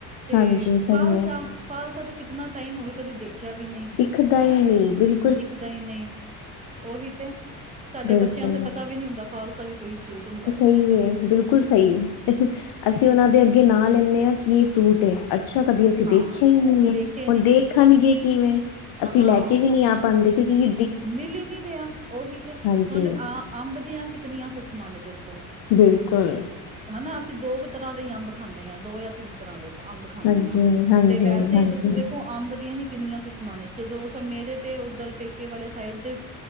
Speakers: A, on the right; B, on the left.
A: ਤੇ
B: ਹਾਂਜੀ ਸਹੀ
A: ਫਾਲਸਾ
B: ਹੈ
A: ਫਾਲਸਾ ਤੇ ਕਿ ਕਿਤਨਾ ਟਾਈਮ ਹੋਵੇ ਕਦੇ ਦੇਖਿਆ ਵੀ ਨਹੀਂ
B: ਖਦਾ ਹੀ ਨਹੀ ਬਿਲ
A: ਦਿਖਦਾ ਹੀ ਨਹੀਂ ਉਹੀ ਤੇ ਸਾਡੇ
B: ਬਿਲਕੁਲ।
A: ਬੱਚਿਆਂ ਨੂੰ ਤੇ ਪਤਾ ਵੀ ਨਹੀ ਹੁੰਦਾ ਫਾਲਸਾ ਵੀ ਕੋਈ ਫਰੂਟ ਹੁੰਦਾ
B: <unintelligible> ਏ ਬਿਲ ਕੁਲ ਸਹੀ ਏ ਅਸੀਂ ਉਹਨਾਂ ਦੇ ਅੱਗੇ ਨਾ ਲੈਂਣੇ ਹਾਂ ਕਿ ਇਹ ਫਰੂ ਟ ਏ ਅੱਛਾ ਕਦੀ ਅਸੀਂ
A: ਹਾਂ
B: ਦੇਖਿਆ ਹੀ ਨਹੀਂ ਏ
A: ਦੇਖੇ
B: ਹੁਣ
A: ਨੇ
B: ਦੇਖਣਗੇ
A: ਹੁਣ
B: ਕਿਵੇਂ ਅਸੀਂ
A: ਹਾਂ
B: ਲੈ ਕੇ ਵੀ ਨੀ ਆ ਪਾਉਂਦੇ ਕਿਉਕੀ
A: ਮਿਲ ਹੀ ਨੀ ਰਿਹਾ ਉਹੀ ਤੇ
B: ਹਾਂਜੀ
A: ਹੁਣ ਅ ਅੰਬ ਦੀਆਂ ਕਿਤਨੀਆਂ ਕਿਸਮਾਂ ਨੇ ਦੇਖੋ
B: ਬਿਲਕੁਲ
A: ਹਨਾ ਅਸੀਂ ਦੋ ਕੁ ਤਰ੍ਹਾਂ ਦੇ ਹੀ ਅੰਬ ਖਾਂਣੇ ਆ ਦੋ ਯਾਂ ਤਿੰਨ ਤਰ੍ਹਾਂ ਦੇ ਅੰਬ ਖਾਣੇ
B: ਹਾਂਜੀ
A: ਹਾਂ
B: ਹਾਂਜੀ
A: ਤੇ ਵੈਸੇ
B: ਹਾਂਜੀ
A: ਤੁਸੀਂ ਦੇਖੋ ਅੰਬ ਦੀਆਂ ਹੀ ਕਿੰਨੀਆਂ ਕਿਸਮਾਂ ਨੇ ਜਦੋਂ ਸ ਮੇਰੇ ਤੇ ਉੱਧਰ ਪੇਕੇ ਵਾਲੇ ਸਾਈਡ ਤੇ